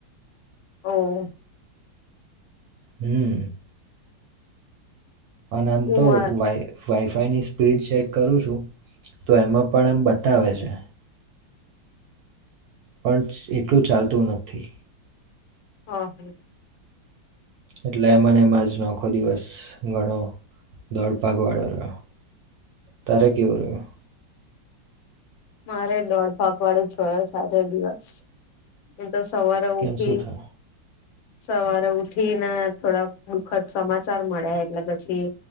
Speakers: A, on the left (about 80°); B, on the right (about 70°).
A: ઓ.
B: હમ. અને આમ
A: હું
B: તો વાય વાયફાઈની સ્પીડ ચેક કરું છું, તો એમાં પણ એમ બતાવે છે. પણ એટલું ચાલતું નથી.
A: હ હ.
B: એટલે એ મને એમાં આજનો આખો દિવસ ઘણો દોડ ભાગ વાળો રહ્યો, તારે કેવું રહ્યું?
A: મારે દોઢ ભાગ વાળો જોયો છે આજો દિવસ. તો સવારે
B: કેમ
A: ઉઠી.
B: શું થયું
A: સવારે ઉઠીને થોડા દુઃખદ સમાચાર મળ્યા એટલે પછી,